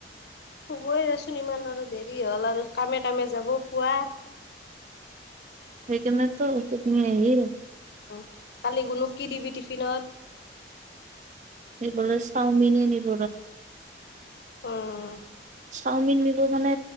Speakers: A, on the left; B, on the right.
A: হুবই দেচোন ইমান আৰু দেৰি হ'ল আৰু কামে কামে যাব পুৱা
B: সেইকাৰনেতো টোপনি আহিল।
A: উম কালি গুনু কি দিবি টিফিনত?
B: এইবোলে চাওমিন এ নিব।
A: উম
B: চাওমিন নিব মানে